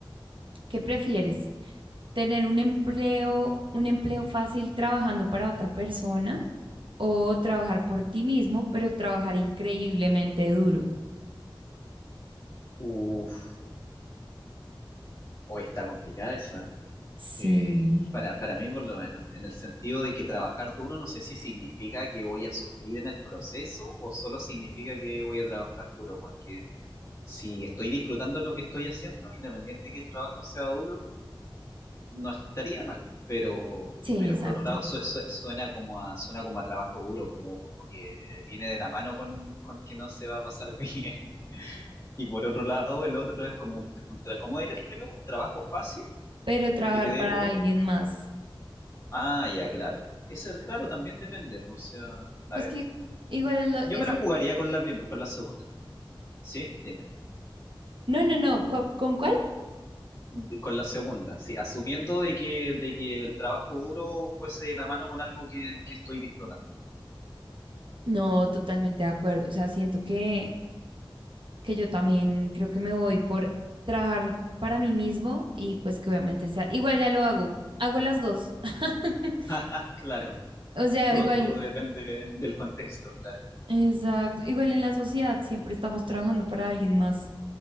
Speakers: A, on the right; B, on the left.
A: ¿Qué prefieres? ¿Tener un empleo, un empleo fácil trabajando para otra persona o trabajar por ti mismo, pero trabajar increíblemente duro?
B: Uf, hoy está complicada esa.
A: Sí,
B: Eh, para, para mí, por lo menos, en el sentido de que trabajar duro no sé si significa que voy a sufrir en el proceso o solo significa que voy a trabajar duro, porque si estoy disfrutando lo que estoy haciendo, independiente que el trabajo sea duro, no estaría mal, pero,
A: sí,
B: pero
A: exacto.
B: por otro lado su- su- suena como a, suena como a trabajo duro, como, como que viene de la mano con, con que no se va a pasar <laughs> bien. Y por otro lado, el otro es como un, un tra- ¿cómo era el primero? Un trabajo fácil
A: Pero trabajar
B: que te dé
A: para
B: poco.
A: alguien más.
B: Ah, ya, claro. Eso, claro, también depende. pues, O sea, a
A: Pues
B: ver,
A: que igual es lo... es
B: yo me la
A: el-
B: jugaría con la prim- con la segunda, perdón. ¿Sí? Dime.
A: No, no, no. ¿cu- ¿Con cuál?
B: De- Con la segunda, sí, asumiendo de que, de que el trabajo duro fuese de la mano con algo que, que estoy disfrutando.
A: No, totalmente de acuerdo. O sea, siento que, que yo también creo que me voy por trabajar para mí mismo y pues que obviamente sea... Igual ya lo hago. Hago las dos. <laughs>
B: <laughs> Claro.
A: O sea,
B: Todo,
A: igual,
B: todo depende del contexto, claro.
A: exacto, igual en la sociedad siempre estamos trabajando para alguien más